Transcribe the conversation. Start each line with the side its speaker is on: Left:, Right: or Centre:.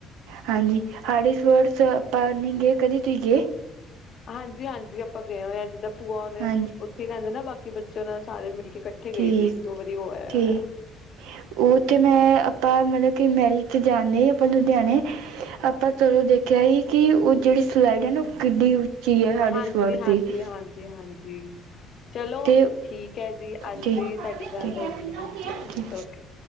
Right: ਹਾਂਜੀ, <unintelligible> ਆਪਾਂ ਨੀ ਗਏ ਕਦੀ ਤੁਸੀਂ ਗਏ।
Left: ਹਾਂਜੀ ਹਾਂਜੀ, ਆਪਾਂ ਗਏ ਹੋਏ ਆ ਜਿੱਦਾਂ। ਭੂਆ ਉਹਨੇ
Right: ਹਾਂਜੀ
Left: ਉੱਥੇ ਹੀ ਰਹਿੰਦੇ ਨਾ ਬਾਕੀ ਬੱਚੇ ਉਹਨਾਂ ਸਾਰੇ ਮਿਲ ਕੇ ਇਕੱਠੇ
Right: ਠੀਕ
Left: ਗਏ ਸੀ ਇੱਕ ਦੋ ਵਾਰੀ ਹੋ ਆਏ
Right: ਠੀਕ
Left: ਹੋਏ ਆ।
Right: ਉਹ ਉੱਥੇ ਮੈਂ ਆਪਾਂ ਮਤਲਬ ਕਿ ਮੈਰਿਜ ਤੇ ਜਾਂਦੇ ਆਪਾਂ ਲੁਧਿਆਣੇ ਆਪਾਂ ਚਲੋਂ ਦੇਖਿਆ ਸੀ ਕਿ ਉਹ ਜਿਹੜੀ ਸਲਾਈਡ ਹੈ ਨਾ ਉਹ ਕਿੱਡੀ ਉੱਚੀ ਐ
Left: ਹਾਂਜੀ
Right: ਸਾਡੀ
Left: ਹਾਂਜੀ
Right: <unintelligible>
Left: ਹਾਂਜੀ ਹਾਂਜੀ, ਚਲੋ
Right: ਤੇ
Left: ਠੀਕ ਐ ਜੀ, ਅੱਜ
Right: ਠੀਕ
Left: ਦੀ ਸਾਡੀ ਗੱਲ
Right: ਠੀਕ
Left: ਹੋ ਗਈ ਹਾਂਜੀ ਹਾਂਜੀ
Right: ਠੀਕ
Left: ਓਕੇ।